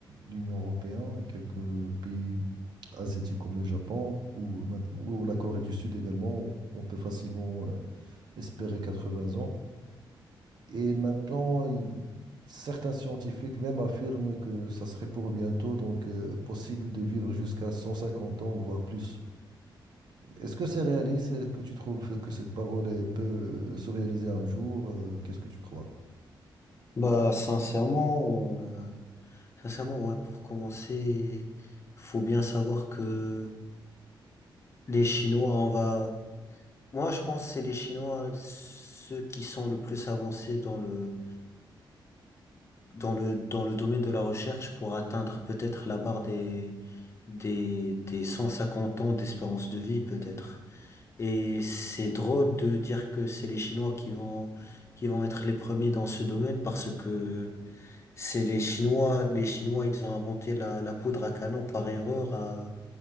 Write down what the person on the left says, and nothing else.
Bah, sincèrement, euh, sincèrement, ouais, pour commencer, faut bien savoir que les Chinois, on va, moi, je pense que c'est les Chinois, ceux qui sont le plus avancés dans le, dans le, dans le domaine de la recherche pour atteindre peut-être la barre des, des, des 150 ans d'espérance de vie, peut-être. Et c'est drôle de dire que c'est les Chinois qui vont, qui vont être les premiers dans ce domaine parce que, C'est les Chinois, les Chinois, ils ont inventé la, la poudre à canon par erreur, à-